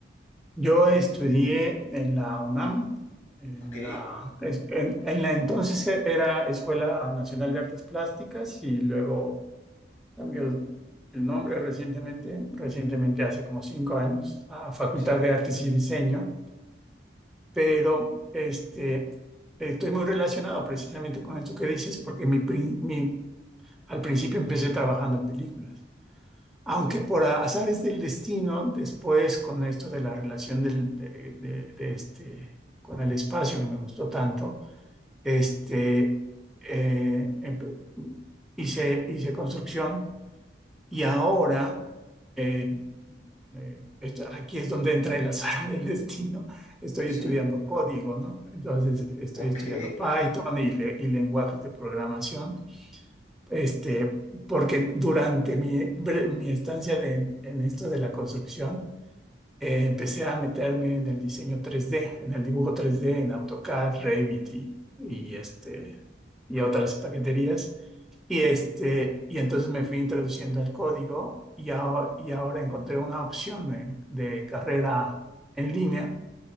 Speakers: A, in the centre; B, on the left.
A: Yo estudié en la UNAM, en
B: Ok,
A: la, es- en, en la entonces era Escuela Nacional de Artes Plásticas y luego cambió el nombre recientemente, recientemente hace como cinco años, a Facultad
B: sí,
A: de Artes y Diseño, pero este, estoy muy relacionado precisamente con esto que dices porque mi, pri- mi, al principio empecé trabajando en películas. Aunque
B: ok,
A: por azares del destino, después con esto de la relación del- de, de- de este, con el espacio que me gustó tanto, este, eh, em- hice, hice construcción y ahora, eh, eh, esto- aquí es donde entra el azar del destino, estoy
B: sí,
A: estudiando código, ¿no? Entonces estoy
B: ok,
A: estudiando Python y le- y lenguajes de programación este, porque durante mi, bre- mi estancia de- en esto de la construcción, eh, empecé a meterme en el diseño tres d en el dibujo tres d en AutoCAD, Revit y, y, este, y otras paqueterías. Y, este, y entonces me fui introduciendo al código y, aho- y ahora encontré una opción en- de carrera en línea,